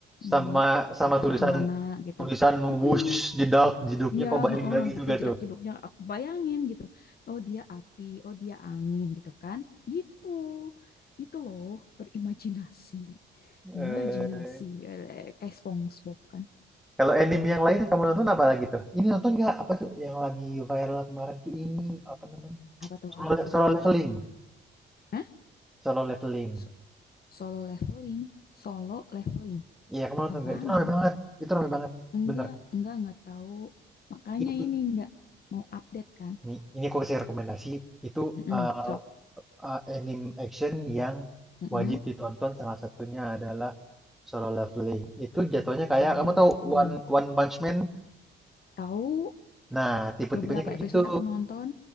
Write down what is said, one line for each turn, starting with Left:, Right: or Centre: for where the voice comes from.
Left: mau
Centre: sama sama
Left: ke arah
Centre: tulisan
Left: mana gitu.
Centre: tulisan
Left: mm
Centre: whoosh jedak jeduknya
Left: Ya,
Centre: kok balik
Left: oh
Centre: lagi
Left: gitu
Centre: juga
Left: jedak-jeduknya
Centre: tuh
Left: aku bayangin gitu. Oh, dia api, oh dia angin gitu kan. Gitu. Gitu loh, berimajinasi.
Centre: eh
Left: Imajinasi. Eh, Kayak SpongeBob kan.
Centre: kalau anime yang lain yang kamu nonton apa lagi tuh ini nonton nggak apa tuh yang lagi viral kemarin tuh ini apa namanya
Left: Apa tuh,
Centre: solo,
Left: apa tuh?
Centre: Solo leveling
Left: Hah?
Centre: solo leveling
Left: So- solo leveling, solo leveling.
Centre: iya kamu nonton
Left: Apaan
Centre: nggak itu rame
Left: tuh?
Centre: banget itu rame banget
Left: Enggak,
Centre: bener
Left: enggak, enggak tahu. Makanya
Centre: itu
Left: ini enggak mau update kan.
Centre: ini, ini aku kasih rekomendasi itu
Left: Mm-mm,
Centre: eh,
Left: Cok.
Centre: eh, anime action yang
Left: Mm-mm.
Centre: wajib ditonton salah satunya adalah Solo Leveling itu jatuhnya
Left: Solo
Centre: kayak kamu tahu
Left: Leveling.
Centre: One One Punch Man
Left: Tahu
Centre: Nah, tipe-tipenya
Left: beberapa
Centre: kayak
Left: episode
Centre: gitu.
Left: aku nonton.